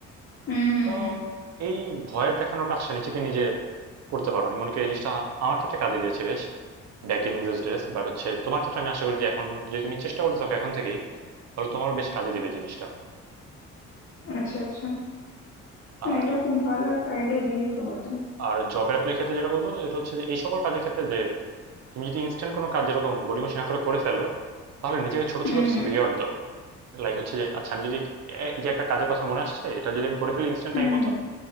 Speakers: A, on the left (about 45°); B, on the right (about 60°).
A: হুম হুম
B: তো
A: হুম
B: এই ভয়ের দেখানোর কাজটা নিজেকে নিজে করতে পারো আমি মনে করি এই জিনিসটা আমার ক্ষেত্রে কাজে দিয়েছে বেশ back in this days but হচ্ছে তোমার ক্ষেত্রে আমি আশা করি যে এখন যদি তুমি চেষ্টা করে থাকো এখন থেকেই তাহলে তোমারও বেশ কাজে দিবে জিনিসটা
A: আচ্ছা আচ্ছা হ্যাঁ
B: আর
A: এটা খুব ভালো একটা আইডিয়া দিয়েছো বটে
B: আর জব অ্যাপ্লাই ক্ষেত্রে যেটা বলবো এটা হচ্ছে যে এই সকল কাজের ক্ষেত্রে যে তুমি যদি ইনস্ট্যান্ট কোনো কাজ যেরকম গড়িমসি না করে করে ফেলো তাহলে নিজেকে ছোট
A: হুম
B: ছোট কিছু
A: হুম
B: রিওয়ার্ড দাও লাইক হচ্ছে যে আচ্ছা আমি যদি এ- এই যে একটা কাজের কথা মনে আসছে এটা যদি আমি করে ফেলি ইনস্ট্যান্ট
A: হুম
B: টাইম মতো
A: হুম